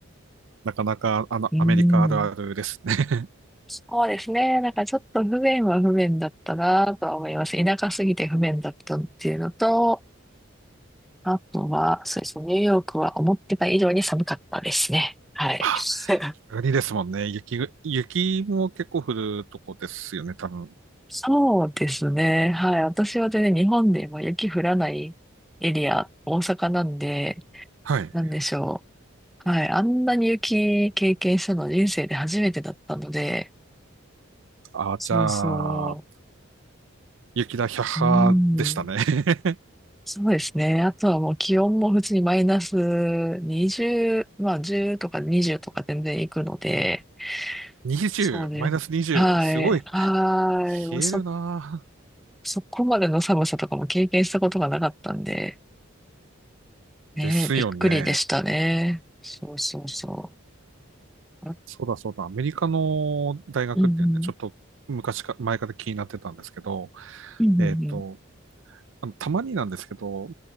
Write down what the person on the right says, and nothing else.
なかなか、あの、
アメリカあるあるですね。<laughs>
あ、
北国ですもんね。雪、雪も結構降るとこですよね、多分。
はい。
ああ、
じゃあ、雪だ、百派でしたね。
<laughs>
20、
マイナス20、
すごい、
冷えるな。
ですよね。
そうだそうだ、アメリカの大学っていうんで、
ちょっと昔か、前から気になってたんですけど、
えっと、あの、たまになんですけど、